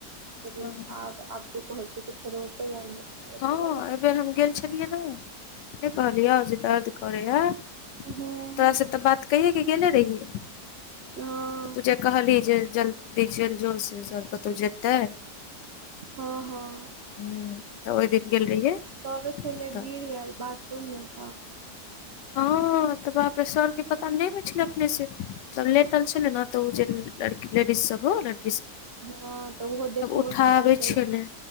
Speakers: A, on the right; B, on the left.
A: <unintelligible>
B: हँ हँ
A: गेल
B: अयबेर हम गेल छलियै नय, नय कहलियौ जे दर्द करैहय।
A: हेतै
B: तोरास
A: हूँ
B: तऽ बात कैये के गेले रहियय।
A: <inaudible>
B: त तु जेे कहली जे जल्दी चैल जो से सर कतौउ जेतै।
A: हँ- हँ-
B: हुं तऽ ओय दिन गेल रहियै
A: त अबय छलय
B: तऽ
A: गिर गेल बाथरूम मे त
B: हँ -त बाप्- सर के पता नय, नय होइ छलै अपने से, त लेटल छलै ने त उ जे लडकी, लेडीज सब होउ लड-
A: हँ तऽ ओहो देखबये
B: उठाबै
A: लय जयतय,
B: छलै